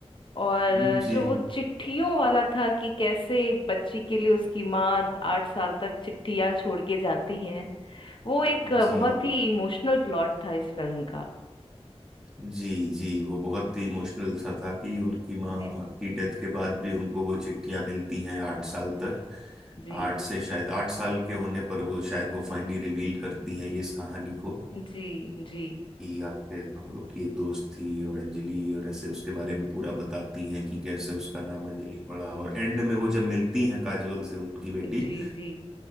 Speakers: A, on the left (about 50°); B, in the centre.
A: और
B: जी
A: जो वो चिट्ठियों वाला था कि कैसे एक बच्ची के लिए उसकी माँ आठ साल तक चिट्ठियां छोड़ के जाती हैं वो एक अ,
B: जी
A: बहुत ही इमोशनल प्लॉट था इस फिल्म का
B: जी जी वो बहुत ही इमोशनल सा था कि उनकी माँ
A: जी
B: की डेथ के बाद भी उनको वो चिट्ठियां मिलती हैं आठ साल
A: जी
B: तक
A: जी
B: आठ से शायद आठ साल के होने पर वो शायद वो फाइनली रिवील करती हैं ये इस कहानी को
A: जी जी जी
B: कि आपके हम लोग की एक दोस्त थी और अंजलि और ऐसे उसके बारे में पूरा बताती हैं कि कैसे उसका नाम अंजलि पड़ा और एंड में वो जब मिलती हैं काजोल से उनकी बेटी
A: जी जी